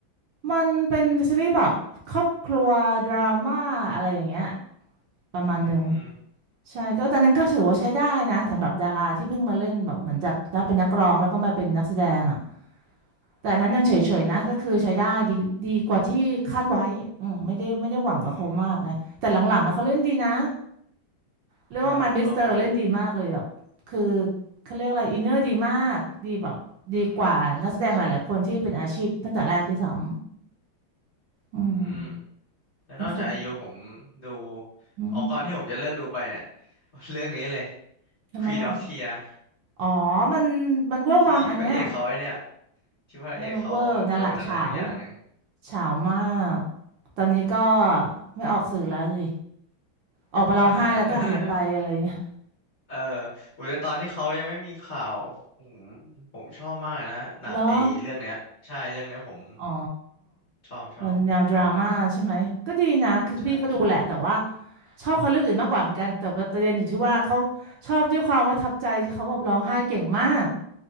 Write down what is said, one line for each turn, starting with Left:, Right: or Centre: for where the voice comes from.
Right: มันเป็นซีรีส์แบบครอบครัวดราม่าอะไรอย่างเงี้ยประมาณหนึ่ง
Left: อืม
Right: ใช่ก็ตอนนั้นก็ถือว่าใช้ได้นะสำหรับดาราที่เพิ่งมาเล่นแบบเหมือนจากได้เป็นนักร้องแล้วก็มาเป็นนักแสดงอ่ะแต่อันนั้นยังเฉยๆนะก็คือใช้ได้ดีดีกว่าที่คาดไว้อืมไม่ได้ไม่ได้หวังกับเขามากไงแต่หลังๆอ่ะเขาเล่นดีนะ
Left: อืม
Right: เรียกว่า
Left: ใช่ผมชอบมากเลย
Right: My Mister เล่นดีมากเลยแบบคือเขาเรียกอะไรอินเนอร์ดีมากดีแบบดีกว่านักแสดงหลายๆคนที่เป็นอาชีพตั้งแต่แรกที่สอง
Left: อืมใช่ใช่
Right: อืม
Left: อืม แล้วนอกจากไอยูผม
Right: ทั้งเสร็จ
Left: ดู
Right: อืม
Left: ออกก่อนที่ผมจะเลิกดูไปเนี่ย <laughs> เรื่องนี้เลย
Right: ทำไมอ่ะ
Left: Queen of Tears
Right: อ๋อมันมันเวอร์วังอันเนี้ย
Left: ที่พระเอกเขาไอเนี่ยที่พระเอกเขาโดนอะไรสักอย่างหนึ่ง
Right: เออเวอร์นั่นแหละเฉา เฉาวมากตอนนี้ก็ไม่ออกสื่อแล้วสิออกมาร้องไห้แล้วก็หายไปอะไรเงี้ย
Left: ก็น่า <laughs> เออโอ้ยแต่ตอนที่เขายังไม่มีข่าวผมผมชอบมากนะหนังไอเรื่องเนี้ยใช่เรื่องเนี้ยผม
Right: เหรออ๋อ
Left: ชอบชอบ
Right: ตอนแนวดราม่าใช่ไหมก็ดีนะคือพี่ก็ดูแหละแต่ว่า
Left: ใช่ใช่
Right: ชอบคนเรื่องอื่นมากกว่าเหมือนกันแต่ประเด็นอยู่ที่ว่าเขาชอบด้วยความว่าทับใจที่เขาแบบร้องไห้เก่งมาก